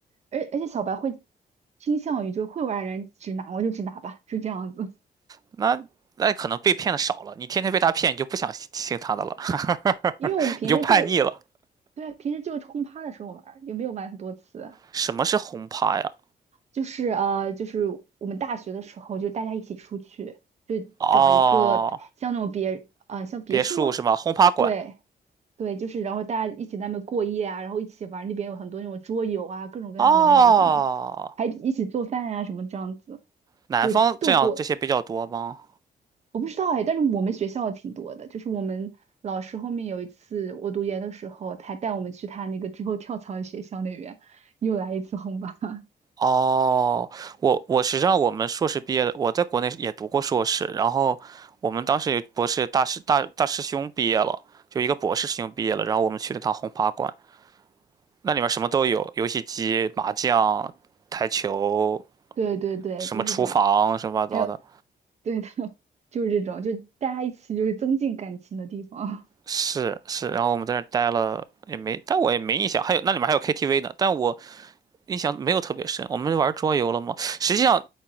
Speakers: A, on the right; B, on the right.
A: 而而且小白会倾向于就是会玩儿的人指哪我就指哪吧，是这样子。<laughs>
B: 那那可能被骗的少了，你天天被他骗，你就不想听他的了，
A: 因为我们平时就
B: <laughs> 你就叛逆了。
A: 对平时就轰趴的时候玩儿也没有玩很多次。
B: 什么是轰趴呀？
A: 就是呃，就是我们大学的时候，就大家一起出去，就找一个像那种别啊，
B: 哦，
A: 像别墅吗？
B: 别墅是吧？轰趴馆。
A: 对对，就是然后大家一起在那边过夜啊，然后一起玩那边有很多那种桌游啊，各种各样的那种什么，
B: 哦，
A: 还一起做饭啊什么这样子，
B: 南方这样这些比较多吗？
A: 就度过。我不知道哎，但是我们学校挺多的，就是我们老师后面有一次我读研的时候，他带我们去他那个之后跳槽的学校那边，又来一次轰趴。<laughs>
B: 哦，我我实际上我们硕士毕业的，我在国内也读过硕士，然后我们当时有博士大师大大师兄毕业了，就一个博士师兄毕业了，然后我们去了趟轰趴馆，那里面什么都有，游戏机、麻将、台球，
A: 对对对，
B: 什么厨房什么乱七八糟的，
A: 就是这种。还有 <laughs> 对的，<laughs> 就是这种，就大家一起就是增进感情的地方。
B: 是是，然后我们在那儿待了也没，但我也没印象，还有那里面还有 KTV 呢，但我印象没有特别深。我们玩桌游了吗？实际上